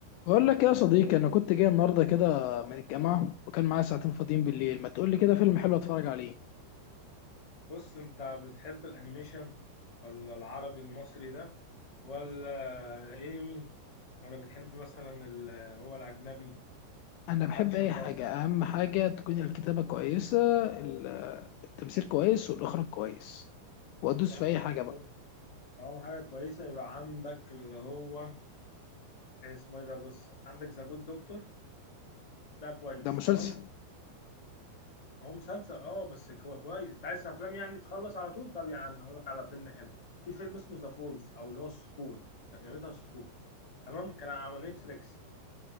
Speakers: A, on the left (about 85°); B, on the left (about 45°).
A: بقول لك يا صديقي انا كنت جاي النهارده كده من الجامعه وكان معايا ساعتين فاضيين بالليل ما تقول لي كده فيلم حلو اتفرج عليه
B: بص انت بتحب الانيميشن ولا العربي المصري ده ولا انمي ولا بتحب مثلا ال- هو الاجنبي
A: انا بحب
B: اكشن
A: اي
B: بقى
A: حاجه
B: وبتاع
A: اهم حاجه تكون الكتابه كويسه ال- التمثيل كويس والاخراج كويس وادوس
B: طالما
A: في اي
B: حاجه
A: حاجه بقى
B: كويس طالما حاجه كويسه يبقى عندك اللي هو اسمه ايه ده بص عندك ذا جود دكتور ده كويس
A: ده مسلسل
B: تمام هو مسلسل اه بس كو- كويس انت عايز افلام يعني تخلص على طول طب يا عم هقول لك على فيلم حلو في فيلم اسمه ذا فولز او اللي هو السقوط ترجمتها السقوط تمام كان على نتفليكس